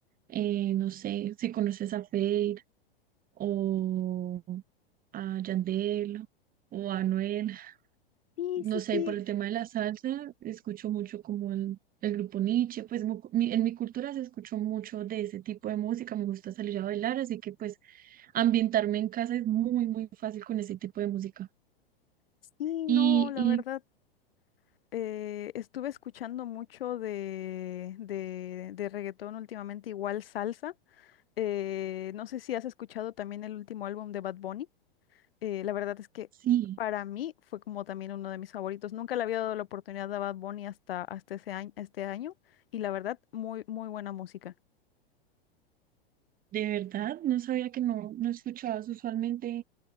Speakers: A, on the right; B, on the left.
A: eh, no sé, si conoces a Feid o a Yandel o a Anuel,
B: Sí,
A: no
B: sí,
A: sé,
B: sí.
A: por el tema de la salsa, escucho mucho como el, el grupo Niche pues mu- mi- en mi cultura se escuchó mucho de ese tipo de música, me gusta salir a bailar, así que pues ambientarme en casa es muy, muy fácil con ese tipo de música.
B: Sí,
A: Y,
B: no, la
A: y
B: verdad, eh, estuve escuchando mucho de, de, de reggaetón últimamente, igual salsa. Eh, no sé si has escuchado también el último álbum de Bad Bunny. Eh, la verdad es que
A: sí.
B: para mí fue como también uno de mis favoritos. Nunca le había dado la oportunidad a Bad Bunny hasta, hasta ese año, este año, y la verdad, muy, muy buena música.
A: De verdad, no sabía que no, no escuchabas usualmente.